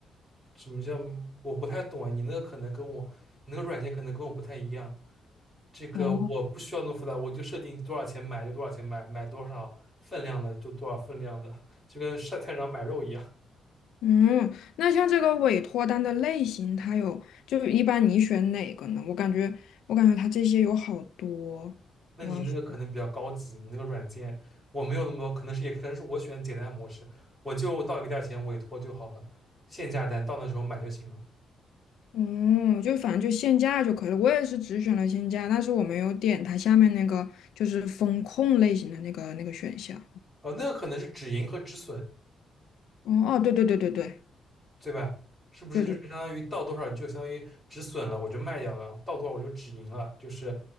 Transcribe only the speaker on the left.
哦。
嗯，那像这个委托单的类型，它有，就一般你选哪个呢？我感觉，我感觉它这些有好多，
比方说，
嗯，就反正就限价就可以了。我也是只选了限价，但是我没有点它下面那个就是风控类型的那个那个选项。
哦哦，对对对对对
对对，